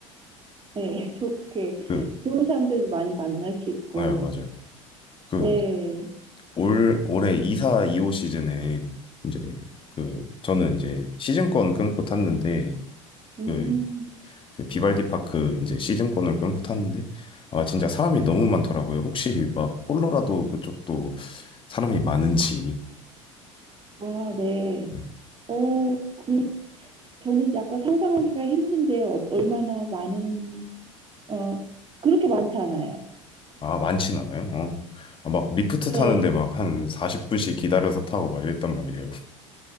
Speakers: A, on the right (about 30°); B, on the left (about 30°).
A: 네, <laughs> 좋게,
B: 그,
A: 좋은 사람들도 많이 만날 수 있고,
B: 네, 맞아요. 그
A: 네,
B: 올, 올해 2사 2호 시즌에 이제 그 저는 이제 시즌권 끊고 탔는데
A: 음,
B: 그, 그 비발디 파크 이제 시즌권을 끊고 탔는데 아, 진짜 사람이 너무 많더라고요. 혹시 막 콜로라도 그쪽도 사람이 많은지.
A: 아, 네.
B: 음.
A: 어, 그, 저는 약간 상상하기가 힘든데요. 어- 얼마나 많은, 어, 그렇게 많지 않아요.
B: 아, 많진 않아요. 어. 아, 막 리프트
A: 네,
B: 타는데 막 한 40분씩 기다려서 타고 막 이랬단 말이에요.